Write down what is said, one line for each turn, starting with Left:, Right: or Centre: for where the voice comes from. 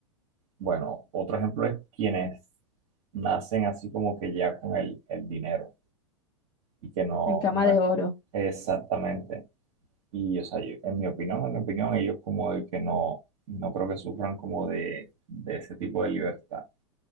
Right: Bueno, otro ejemplo es quienes nacen así como que ya con el, el dinero y que no,
Left: en cama
Right: no
Left: de
Right: es
Left: oro.
Right: exactamente. Y, o sea, yo- en mi opinión, en mi opinión, ellos como de que no, no creo que sufran como de, de ese tipo de libertad.